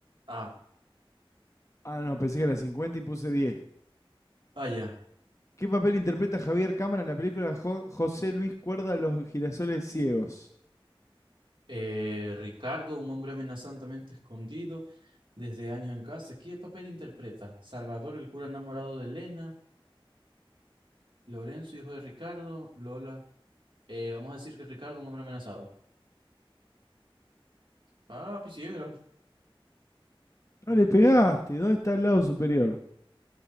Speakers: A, on the right; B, on the left.
A: Ah,
B: Ah, no, pensé que era 50 y puse 10.
A: vaya.
B: ¿Qué papel interpreta Javier Cámara en la película Jo- José Luis Cuerda Los girasoles ciegos?
A: Eh, Ricardo, un hombre amenazantemente escondido desde años en casa. ¿Qué papel interpreta? Salvador, el cura enamorado de Elena. Lorenzo, hijo de Ricardo. Lola. Eh, vamos a decir que Ricardo, un hombre amenazado. Ah, quisiera.
B: No le pegaste. ¿Dónde está el lado superior?